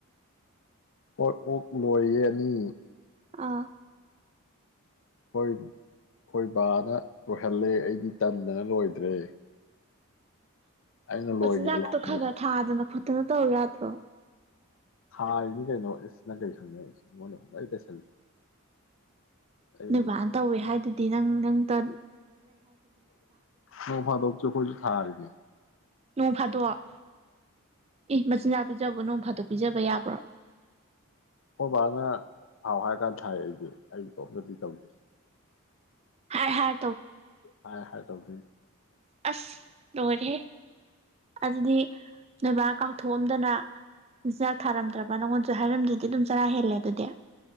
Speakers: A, on the left (about 60°); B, on the right (about 30°).
A: ꯍꯣꯏ ꯑꯣꯛ ꯂꯣꯏꯔꯦꯅꯤ
B: ꯑꯥ
A: ꯍꯣꯏ ꯍꯣꯏ ꯕꯥꯅ ꯂꯣꯏꯍꯜꯂꯦ ꯑꯩꯗꯤ ꯇꯟꯗꯅ ꯂꯣꯏꯗ꯭ꯔꯦ ꯑꯩꯅ
B: ꯄꯆꯤꯟꯖꯥꯛ
A: ꯂꯣꯏꯒꯦ ꯂꯧꯕꯅꯦ
B: ꯇ ꯈꯒ ꯊꯥꯗꯅ ꯐꯠ ꯐꯇꯅ ꯇꯧ ꯌꯥꯗ꯭ꯔꯣ
A: ꯍꯥꯏꯔꯤꯅꯤ ꯀꯩꯅꯣ ꯑꯦꯁꯅꯪ ꯀꯔꯤ ꯈꯪꯅꯁꯦ ꯃꯉꯗ ꯑꯩ ꯇꯩꯁꯜꯂꯤ ꯑꯩ
B: ꯅꯣꯏꯚꯕꯥꯅ ꯇꯧꯋꯦ ꯍꯥꯏꯗꯨꯗꯤ ꯅꯪ ꯅꯪ ꯇ
A: ꯅ ꯐꯥꯗꯣ ꯆꯈꯣꯏꯁꯨ ꯊꯥꯔꯒ
B: ꯅꯣꯡ ꯐꯥꯗꯣꯛꯑꯣ ꯑꯦ ꯃꯆꯤꯟꯖꯥꯛ ꯄꯤꯖꯕ ꯅꯣꯡ ꯐꯥꯗꯣꯛ ꯄꯤꯖꯕ ꯌꯥꯕ꯭ꯔꯣ
A: ꯍꯣꯏ ꯚꯅ ꯐꯥꯎ ꯍꯥꯏꯔ ꯀꯥꯟꯗ ꯊꯥꯏ ꯑꯩꯗꯤ ꯑꯩ ꯇꯣꯞꯇꯗꯤ ꯇꯧꯗꯦ
B: ꯍꯥꯏ ꯍ
A: ꯍꯥꯏ ꯍꯥꯏ ꯇꯧꯗ
B: ꯑꯁ ꯂꯣꯏꯔꯦ ꯑꯗꯨꯗꯤ ꯅꯣꯏꯕꯥ ꯀꯥꯎꯊꯣꯛꯑꯝꯗꯅ ꯃꯆꯤꯟꯖꯥꯛ ꯊꯥꯔꯝꯗ꯭ꯔꯕ ꯅꯪꯉꯣꯟꯁꯨ ꯍꯥꯏꯔꯝꯗ꯭ꯔꯗꯤ ꯑꯗꯨꯝ ꯆꯔꯥ ꯍꯦꯜꯂꯦ ꯑꯗꯨꯗꯤ